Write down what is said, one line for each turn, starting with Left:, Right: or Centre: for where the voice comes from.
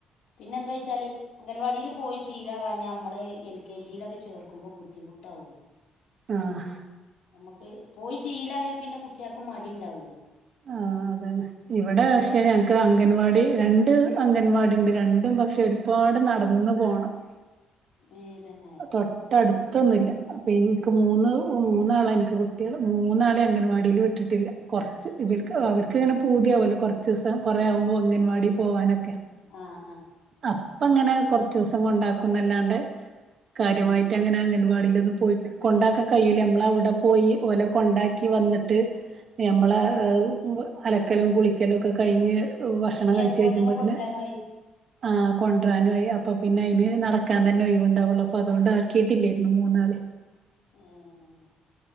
Left: പിന്നെ എന്താച്ചാല് അംഗൽവാടീൽ പോയി ശീലാവാഞ്ഞ നമ്മള് എൽ കെ ജി ലൊക്കെ ചേർക്കുമ്പോ ബുദ്ധിമുട്ടാവുയ്
Right: ആഹ്
Left: നമ്മക്ക് പോയി ശീലായാ പിന്നെ കുട്ട്യാക്കും മടി ണ്ടാവൂലെയ്
Right: ആഹ് അതന്നെ ഇവിടെ പഷേ
Left: നമ്മൾ
Right: ഞങ്ങക്ക് ഞങ്ങക്ക് അംഗൻവാടി രണ്ട് അംഗൻവാടിണ്ട് രണ്ടും പക്ഷെ ഒരുപാട് നടന്ന് പോണം <inaudible>
Left: ഏഹ് തന്നെ
Right: തൊട്ടട്ത്തൊന്നുല്ല അപ്പ ഇന്ക്ക് മൂന്ന് മൂന്നാളാണ് ഇന്ക്ക് കുട്ട്യാള് മൂന്നാളീം അങ്ങനവാടില് വിട്ടിട്ട്ല്ല വിട്ടിട്ട്ല്ല കൊർച്ച് ഇവർക്ക് അവർക്കിങ്ങനെ പൂതിയാവല്ലോ കുറച്ച് ദിവസം കൊറേ ആവുമ്പോ അംഗനവാടി പോവാനൊക്കെ
Left: ആഹ് ആഹ്
Right: അപ്പങ്ങനെ കൊറച്ച്സം കൊണ്ടാക്കുന്നല്ലാണ്ട് കാര്യമായിട്ട്
Left: ഉം ഉം
Right: അങ്ങനെ അംഗൻവാടിലൊന്നും പോയ്റ്റില്ല കൊണ്ടാക്കാൻ കയ്യൂല നമ്മള് അവിടെ പോയി ഓലെ കൊണ്ടാക്കി വന്നിട്ട് ഞമ്മളെ
Left: നമ്മളൊക്കെ
Right: ഇഹ്
Left: ജോലി
Right: വ് അലക്കലും
Left: അന്നെ
Right: കുളിക്കലും ഒക്കെ കഴിഞ്ഞ് ഭക്ഷണം
Left: പിന്നെ
Right: കയ്ച്ച്
Left: അതുപോലെ
Right: കജുമ്പത്തിന്
Left: തന്നെ കൊണ്ടുവരാനും ആയി
Right: ആഹ് കൊണ്ടരാനു ആയി അപ്പൊ പിന്നെ അതിന് നടക്കാൻ തന്നെ ഒയിവ്ണ്ടാവെള്ളൂ അപ്പൊ അതുകൊണ്ട് ആക്കിട്ടില്ലായിരുന്നു മൂന്നാളീം
Left: ഏഹ്